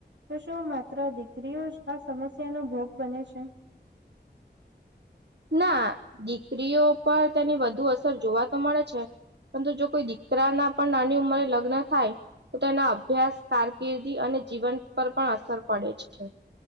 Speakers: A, on the right; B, on the right.
A: તો શું માત્ર દીકરીઓ જ આ સમસ્યા નો ભોગ બને છે
B: ના દીકરીઓ પર તેની વધુ અસર જોવા તો મળે છે પરંતુ જો કોઈ દીકરા ના પણ નાની ઉંમરે લગ્ન થાય તો તેના અભ્યાસ કારકિર્દી અને જીવન પર પણ અસર પડે છે